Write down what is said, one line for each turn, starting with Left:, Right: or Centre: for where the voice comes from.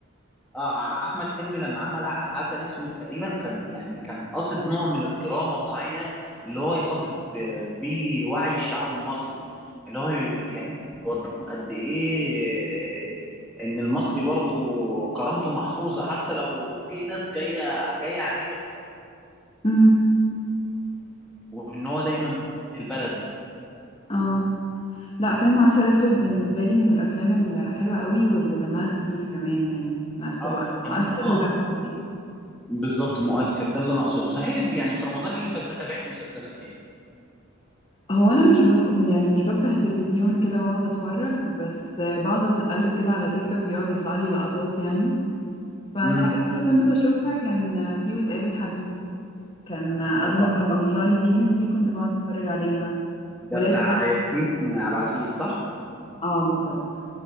Centre: اه احمد حلمي لما عمل ع- عسل اسود تقريبا كان يعني كان قاصد نوع من الدراما معين اللي هو يخاطب آه، بيه وعي الشعب المصري اللي هو ي- يعني يوضحهم قد ايه آه، ان المصري برضو كرامته محفوظة حتى لو في ناس جاية جاية عليه بس
Left: امم
Centre: وان هو دايما من لبلده
Left: اه لا فيلم عسل اسود بالنسبة لي من الافلام الحلوة قوي واللي دمها خفيف كمان يعني في نفس
Centre: اه
Left: الوقت مؤثر
Centre: تمام اه
Left: ودمه خفيف
Centre: بالظبط مؤثر ده اللي انا اقصده صحيح يعني في رمضان اللي فات ده تابعتي مسلسلات ايه
Left: هو انا مش بتف... يعني مش بفتح التلفزيون كده واقعد اتفرج بس بقعد اقلب كده على تيك توك بيقعد يطلع لي لقطات يعني فالحاجات
Centre: امم
Left: اللي كنت بشوفها كان في وتقابل حبيب كان اغلب
Centre: اه
Left: لما بيطلع لي فيديوز دي كنت بقعد اتفرج عليها
Centre: ده
Left: ولاد
Centre: بتاع
Left: شمس
Centre: ياسمين عبد العزيز صح؟
Left: اه بالظبط